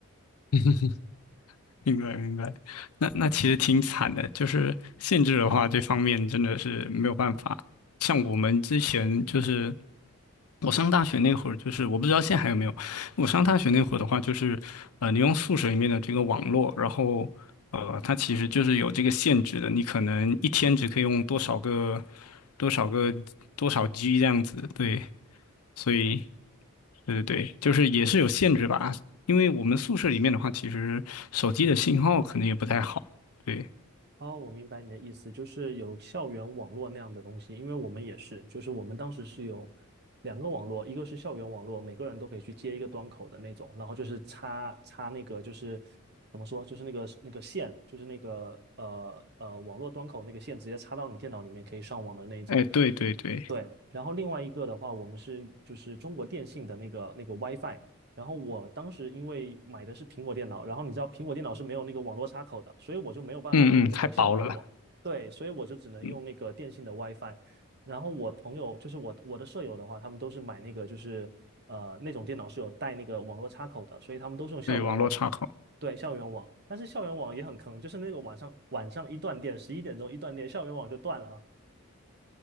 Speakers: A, on the left; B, on the right.
A: <laughs> 明白明白，那那其实挺惨的，就是限制的话，这方面真的是没有办法。像我们之前就是。我上大学那会儿，就是我不知道现在还有没有。我上大学那会儿的话，就是呃，你用宿舍里面的这个网络，然后呃，它其实就是有这个限制的，你可能一天只可以用多少个、多少个、多少 G 这样子。对，所以对对对，就是也是有限制吧。因为我们宿舍里面的话，其实手机的信号可能也不太好。对，
B: 哦，我明白你的意思，就是有校园网络那样的东西，因为我们也是，就是我们当时是有两个网络，一个是校园网络，每个人都可以去接一个端口的那种，然后就是插插那个就是怎么说，就是那个那个线，就是那个呃呃网络端口那个线直接插到你电脑里面可以上网的那一种。
A: 哎，对对对，
B: 对，然后另外一个的话，我们是就是中国电信的那个那个 WiFi，然后我当时因为买的是苹果电脑，然后你知道苹果电脑是没有那个网络插口的，所以我就没有办法用那个校园网，
A: 嗯嗯，太薄了，
B: 对，所以我就只能用那个电信的
A: 嗯，
B: WiFi。然后我朋友就是我我的舍友的话，他们都是买那个就是呃那种电脑是有带那个网络插口的，所以他们都是用校园网，
A: 对，网络插口
B: 对，校园网。但是校园网也很坑，就是那个晚上晚上一断电，十一点钟一断电，校园网就断了啊，